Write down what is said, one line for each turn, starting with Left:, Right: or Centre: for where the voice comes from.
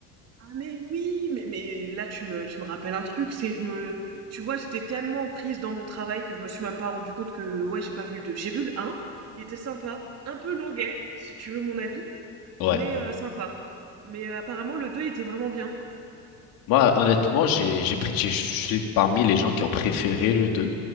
Right: Ah mais oui, mais mais là tu me tu me rappelles un truc, c'est je me tu vois j'étais tellement prise dans mon travail que je me suis même pas rendu compte que ouais j'ai pas vu le deux, J'ai vu le un. il était sympa, un peu longuet si tu veux mon avis,
Left: Ouais.
Right: mais euh, sympa. Mais euh, apparemment le deux il était vraiment bien.
Left: Moi, honnêtement, j'ai, j'ai pris, j'ai- je suis parmi les gens qui ont préféré le 2.